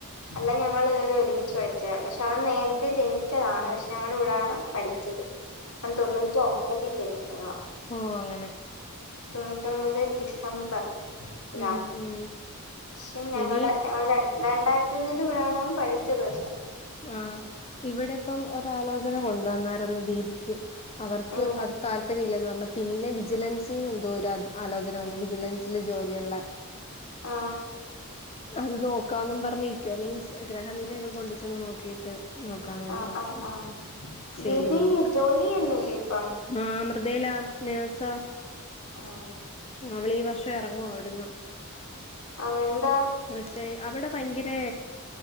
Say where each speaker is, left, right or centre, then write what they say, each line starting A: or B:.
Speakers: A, on the left; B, on the left.
A: അല്ല ഞങ്ങളെല്ലാരും ഒരുമിച്ച് പഠിച്ചതാ. പക്ഷെ അവൻ നേരത്തെ ജനിച്ചതാണ് പക്ഷെ ഞങ്ങളുടെ കൂടെണ് പഠിച്ച ച്ചത്. തൊണ്ണൂറ്റി ഒമ്പതിൽ ജനിച്ചതാ.
B: ഓ അങ്ങനെ.
A: തൊണ്ണൂറ്റൊമ്പത് ഡിസംബർ ലാസ്റ്റ്.
B: ഉം ഉം
A: പക്ഷെ ഞങ്ങടെ
B: ഇനി
A: ഞങ്ങളുടെ രണ്ടായിരത്തി ഒന്നിന്റെ കൂടൊണ് അവൻ പഠിച്ചത് പക്ഷെ
B: ആഹ് ഇവിടെ ഇപ്പം ഒരാലോചന കൊണ്ടുവന്നായിരുന്നു. രീതിക്ക് അവർക്ക്
A: ഉം
B: അത് താല്പര്യം ഇല്ലന്ന് പറഞ്ഞ പിന്നെ വിജിലൻസിനിന്ന് എന്തോ ഒരു ആലോചന വന്നു വിജിലൻസിൽ ജോലിയുള്ള
A: ആഹ്
B: അത് നോക്കാന്നും പറഞ്ഞിക്കോ മീൻസ് ഗ്രഹനിലയൊക്കെ കൊണ്ട ച്ചു നോക്കിയിട്ട് ന <unintelligible>
A: ആഹ് ആഹ് ആഹ് ദീദി ജോലി ചെയ്യുന്നില്ലേ ഇപ്പം
B: ആ മൃതയിലാ നഴ്സ
A: ആഹ
B: അവള് ഈ വർഷം ഇറങ്ങുവ അവിടുന്ന്
A: അതെന്താ
B: വൃഷേ അവിടെ ഭയങ്കരേ